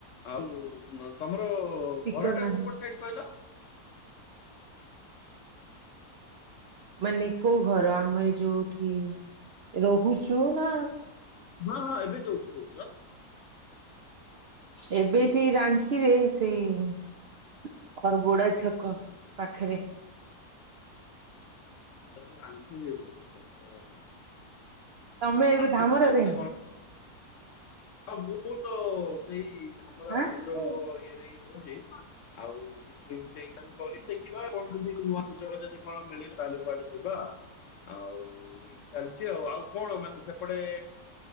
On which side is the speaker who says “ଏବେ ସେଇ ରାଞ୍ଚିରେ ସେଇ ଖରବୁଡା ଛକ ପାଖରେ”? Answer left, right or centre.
Right